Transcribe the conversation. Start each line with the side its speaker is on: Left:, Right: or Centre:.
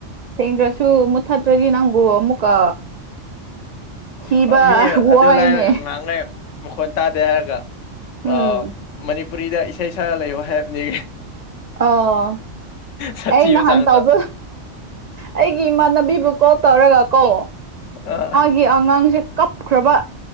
Right: ꯁꯦꯡꯗ꯭ꯔꯁꯨ ꯃꯨꯠꯊꯠꯇ꯭ꯔꯗꯤ ꯅꯪꯕꯨ ꯑꯃꯨꯛꯀ ꯊꯤꯕ
Left: ꯑ ꯃꯤ
Right: ꯋꯥꯏꯅꯦ
Left: ꯑꯗꯨ ꯂꯥꯏꯔꯒ ꯉꯍꯥꯡꯉꯩ ꯃꯈꯣꯟ ꯇꯥꯗꯦ ꯍꯥꯏꯔꯒ ꯑ
Right: ꯎꯝ
Left: ꯃꯅꯤꯄꯨꯔꯤꯗ ꯏꯁꯩ ꯏꯁꯥꯒ ꯂꯩꯌꯣ ꯍꯥꯏꯕꯅꯦ
Right: ꯑꯣ
Left: ꯁꯥꯊꯤꯕ
Right: ꯑꯩ ꯅꯍꯥꯟ
Left: ꯆꯥꯡꯗ
Right: ꯇꯥꯎꯕ ꯑꯩꯒꯤ ꯏꯃꯥꯟꯅꯕꯤꯕꯨ ꯀꯣ ꯇꯧꯔꯒ ꯀꯣ
Left: ꯑ
Right: ꯒꯤ ꯑꯉꯥꯡꯁꯦ ꯀꯞꯈ꯭ꯔꯕ